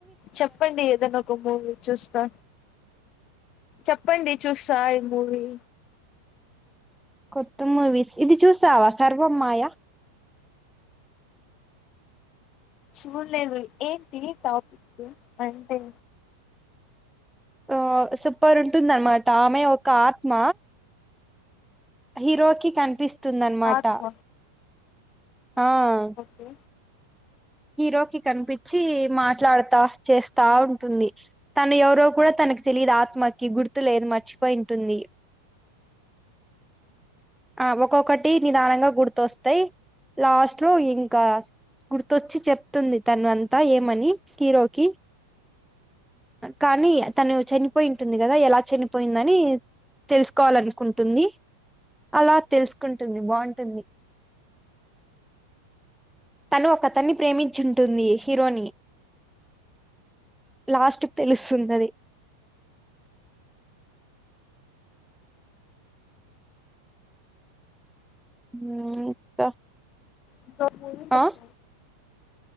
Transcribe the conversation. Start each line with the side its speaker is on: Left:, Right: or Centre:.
Left: చెప్పండి ఎదన్న ఒక మూవీ చూస్తా చెప్పండి చూస్ థాయ్ ముూవి
Centre: కొత్త మూవీస్ ఇది చూసావా సర్వమ్మాయా
Left: చూడలేదు ఏంటి టాపిక్ కొంటె
Centre: ఆ సూపర్ ఉంటుందనమాట ఆమె ఒక ఆత్మ హీరోకి కనిపిస్తుందనమాట
Left: ఆత్మ
Centre: ఆ
Left: ఓకే
Centre: హీరో కి కనిపిచి మా మాట్లాడుతా చేస్తా ఉంటుంది తను ఎవరో కూడా తనకు తెలీద్ ఆత్మ కి గుర్తు లేదు మర్చిపోయింటుంది ఆ ఒక్కొక్కటి నిదానంగా గుర్తొస్తాయి లాస్ట్ లో ఇంకా గుర్ తొచ్చి చెప్తుంది తను అంతా ఏమని హీరోకి కానీ తను చనిపోయింటుంది కదా ఎలా చనిపోయిందని తెలుసుకోవాలనుకుంటుంది అలా తెలుసుకుంటుంది బాగుంటుంది తను ఒకతన్ని ప్రేమించుంటుంది హీరోని లాస్ట్క్ తెలుస్తుందది ము ఇంకా
Left: ఇంకో మూవీ సప్త
Centre: ఆ